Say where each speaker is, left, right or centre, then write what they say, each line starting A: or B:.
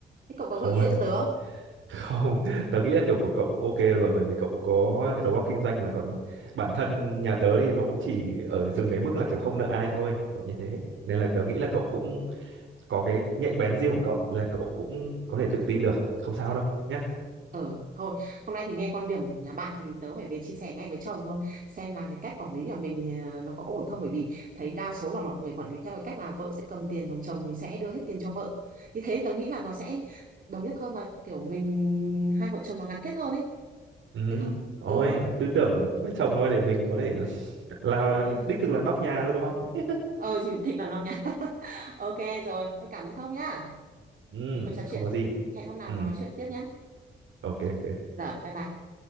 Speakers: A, on the right (about 45°); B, on the right (about 85°).
A: thế cậu có
B: không
A: gợi ý
B: hơn
A: gì cho tớ không
B: không <laughs> tớ nghĩ là kiểu của cậu cũng ok rồi bởi vì cậu cũng có đầu óc kinh doanh mà còn bản thân nhà tớ thì nó cũng chỉ ở dừng cái mức là kiểu không nợ ai thôi kiểu như thế nên là tớ nghĩ là cậu cũng có cái nhạy bén riêng của cậu là cậu cũng có thể tự tin được không sao đâu nhá
A: Ờ, thôi, hôm nay thì nghe quan điểm của nhà bạn thì tớ phải về chia sẻ ngay với chồng thôi xem là cái cách quản lý của mình ờ, nó có ổn không bởi vì thấy đa số là mọi người quản lý theo cái cách là vợ sẽ cầm tiền còn chồng thì sẽ đưa hết tiền cho vợ như thế tớ nghĩ là nó sẽ đồng nhất hơn và kiểu mình hai vợ chồng nó gắn kết hơn ấy
B: ừ
A: thế thôi
B: ôi
A: ừ
B: tư tưởng với chồng thôi để mình có thể <laughs> là
A: ừ.
B: đích thực là nóc nhà thôi đúng không <laughs>
A: ờ thì thích làm năm nhá <laughs> ok rồi thôi cảm ơn Thông nhá
B: ừ
A: mình còn trò chuyện
B: không có gì
A: hẹn hôm nào
B: ừ
A: nói chuyện tiếp nhá
B: ok ok
A: rồi bye bye